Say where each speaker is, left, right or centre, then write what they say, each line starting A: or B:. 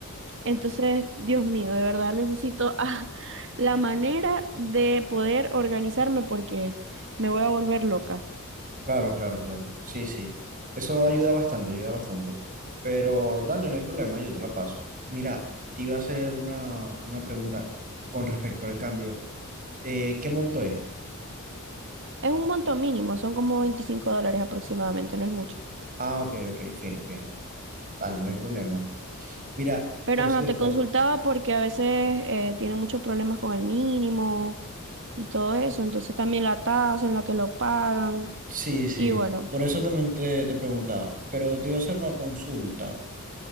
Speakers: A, on the right; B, on the right.
A: Entonces, Dios mío, de verdad necesito ah, <laughs> la manera de poder organizarme porque me voy a volver loca.
B: Claro, claro, claro. Sí, sí. Eso ayuda bastante, ayuda bastante. Pero dale, no hay problema, yo te la paso. Mira, te iba a hacer una, una pregunta con respecto al cambio. Eh, ¿qué monto es?
A: Es un monto mínimo, son como 25 dólares aproximadamente, no es mucho.
B: Ah, ok, ok, fino, fino. Tal, no hay problema. Mira,
A: Pero
B: por
A: ajá,
B: cierto,
A: te consultaba porque a veces eh, tienen muchos problemas con el mínimo y todo eso. Entonces también la tasa en la que lo pagan.
B: sí, sí,
A: Y bueno,
B: sí. Por eso también te, te preguntaba, pero te iba a hacer una consulta.